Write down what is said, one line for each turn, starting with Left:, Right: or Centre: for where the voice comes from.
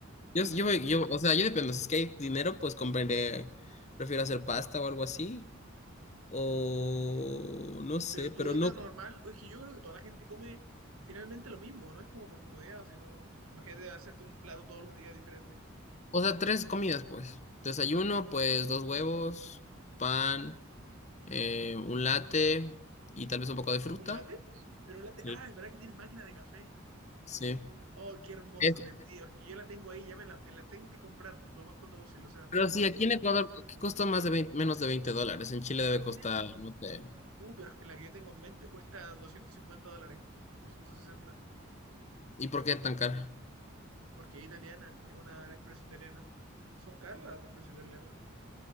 Left: Yo,
Right: No
Left: yo,
Right: me...
Left: yo, o sea, yo dependo. Si es que hay dinero, pues compraré. Prefiero hacer pasta o algo así. O no sé,
Right: Pero
Left: pero
Right: tu dieta
Left: no.
Right: normal, es que yo creo que toda la gente come finalmente lo mismo, no es como por comodidad, sino Imagínate hacerte un plato todos los días diferente.
Left: O sea, tres comidas, pues. Desayuno, pues dos huevos, pan, eh, un latte y tal vez un poco de fruta.
Right: ¿Un latte? Pero un latte,
Left: Sí.
Right: ah, es verdad que tiene máquina de café.
Left: Sí.
Right: Oh, qué hermoso,
Left: Es-
Right: te envidio. Es que yo la tengo ahí, ya me la, me la tengo que comprar lo más pronto posible. O sea, no
Left: pero
Right: puedo.
Left: sí, aquí en Ecuador ¿qué costó más de 20 menos de veinte dólares. En Chile debe
Right: A menos
Left: costar, no sé.
Right: Uh, pero es que la que yo tengo en mente cuesta 250 dólares, 260,
Left: ¿Y por qué tan caro?
Right: porque es italiana, es una de Espresso italiana. Son caras las de Espresso italiana,